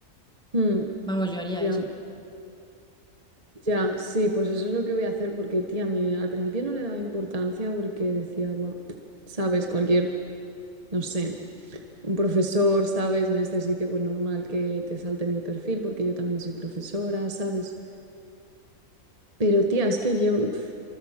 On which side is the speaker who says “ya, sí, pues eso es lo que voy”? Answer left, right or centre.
Right